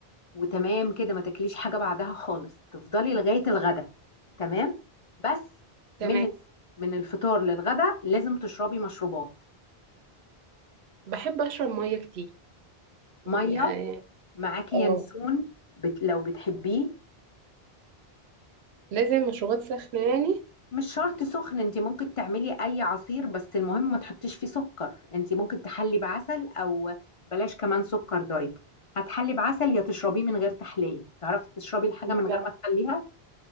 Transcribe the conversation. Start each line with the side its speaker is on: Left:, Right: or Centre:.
Left: وتمام كده ما تاكليش حاجة بعدها خالص تفضلي لغاية الغدا تمام بس من
Right: تمام
Left: من الفطار للغدا لازم تشربي مشروبات
Right: بحب اشرب ميه كتير
Left: ميه
Right: يعني
Left: معاكي
Right: اه
Left: ينسون بت... لو بتحبيه
Right: لازم مشروبات سخنه يعني
Left: مش شرط سخن انت ممكن تعملي اي عصير بس المهم ما تحطيش فيه سكر انت ممكن تحلي بعسل او بلاش كمان سكر دايت هتحلي بعسل يا تشربيه من غير تحلية تعرفي تشربي الحاجة
Right: لا
Left: من غير ما تحليها